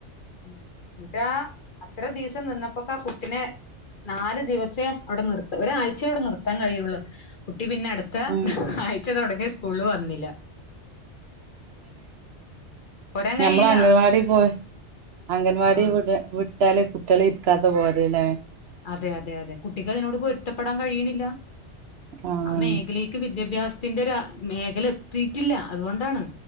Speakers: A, on the left (about 50°); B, on the right (about 65°).
A: ഉം ഈടാ അത്ര ദീസം നിന്നപ്പോ പ്പ കുട്ടിനെ നാല് ദിവസേ അവിടെ നിർ ത്ത് ഒരാഴ്ച്ചേ അവിടെ നിർത്താൻ കഴിയുള്ളു. ട്ടി പിന്നെ അടുത്താ
B: ഉം
A: ആഴ്‌ ഉച്ച തൊടങ്ങി സ്കൂളില് വന്നില്ല പോരാൻ
B: ഞമ്മള്
A: കഴിയില്ല
B: അംഗൻവാടീ പോയി അംഗൻവാടിവിടെ
A: ആഹ്
B: വിട് ട്ടാല് കുട്ടികള് ഇരിക്കാതെ പോല ല്ലെ.
A: അതെ അതെ അതെ കുട്ടിക്ക് അതിനോട് പൊരുത്തപ്പെടാൻ കഴിയണില്ല
B: ആഹ്
A: ആ മേഖലക്ക് വിദ്യാഭ്യാസത്തിന്റെ ആ മേഖല എത്തിട്ടില്ല അതുകൊണ്ടാണ്